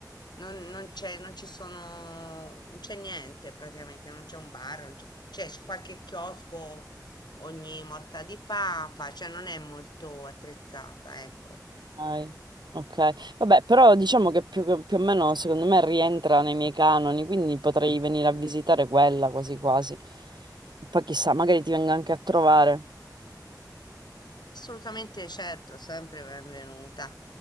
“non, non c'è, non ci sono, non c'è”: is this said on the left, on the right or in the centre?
Left